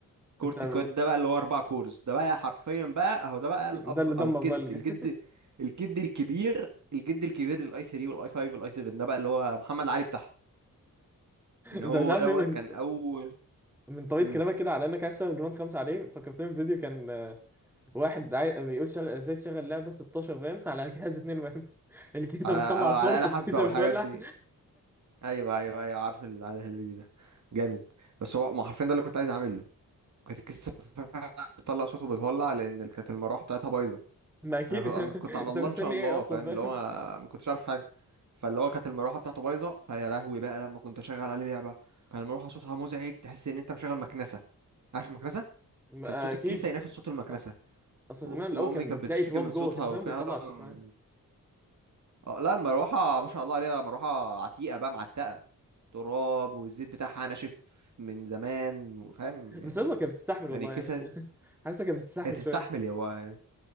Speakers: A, on the right; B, in the centre.
A: كورت
B: انت <laughs>
A: كواد ده بقى اللي هو اربع كورز ده بقى حرفيا بقى اهو ده بقى الاب
B: ده اللي
A: او
B: دمر
A: الجد
B: بقى اللي جاي.
A: الجد
B: <laughs>
A: الجد الكبير الجد الكبير للاي 3 والاي 5 والاي 7 ده بقى اللي هو محمد علي بتاعهم ان هو
B: انت مش عارف
A: دوت
B: ليه من
A: كان اول
B: من طريقه
A: امم
B: كلامك كده على انك عايز تشتغل جراند خمسه عليه فكرتني بفيديو كان آه، واحد عاي... بيقول شغل... ازاي تشغل لعبه 16 فاهم <laughs> على جهاز 2 فاهم <laughs> الكيسه
A: على
B: بتطلع صوت
A: على آلة
B: الكيسه
A: حاسبة والحاجات
B: بتولع
A: دي ايوه ايوه ايوه عارف ال- عارف الفيديو ده جامد بس هو ما حرفيا ده اللي كنت عايز اعمله كانت الكيسه بتطلع صوته بتولع لان ال- كانت المروحه بتاعتها بايظه
B: ما اكيد
A: انا كنت
B: <laughs>
A: أنا كنت على
B: انت
A: الله
B: مستني
A: ان شاء الله
B: ايه اصلا
A: فاهم
B: فاهم
A: اللي هو ما كنتش عارف حاجه فاللي هو كانت المروحه بتاعته بايظه فيا لهوي بقى لما كنت اشغل عليه لعبه كان المروحه صوتها مزعج تحس ان انت مشغل مكنسه عارف المكنسه
B: ما
A: كان صوت
B: اكيد
A: الكيسه ينافس صوت المكنسه
B: اصل اصل
A: و...
B: زمان
A: وامي
B: الاول كان
A: كانت
B: بتلاقي
A: بتشتكي
B: تواب
A: من
B: جوه
A: صوتها
B: كده فاهم
A: وفعلا
B: بتطلع صوت معاه
A: اه لا المروحة ما شاء الله عليها مروحة عتيقة بقى معتقة تراب والزيت بتاعها ناشف من زمان وفاهم يعني
B: بس اصلا كانت بتستحمل والله
A: يعني الكيسة
B: يعني <laughs> حاسه كانت بتستحمل
A: هي تستحمل
B: شويه
A: هو